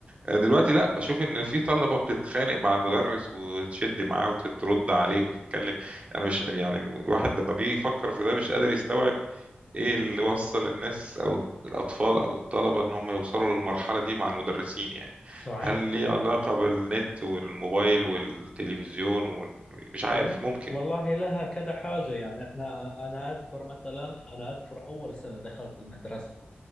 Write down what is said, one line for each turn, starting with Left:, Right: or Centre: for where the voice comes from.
Right: آه، دلوقتي لا بشوف ان في طلبه بتتخانق مع المدرس وتشد معاه وترد عليه وتتكلم انا مش يعني الواحد لما بيجي يفكر في ده مش قادر يستوعب ايه اللي وصل الناس او الاطفال او الطلبه ان هم يوصلوا للمرحله دي مع المدرسين يعني
Left: صحيح
Right: هل
Left: بالضبط
Right: ليه علاقه بالنت والموبايل والتلفزيون ومش عارف
Left: والله
Right: ممكن
Left: والله لها كذا حاجة يعني احنا انا اذكر مثلا انا اذكر اول سنة دخلت المدرسة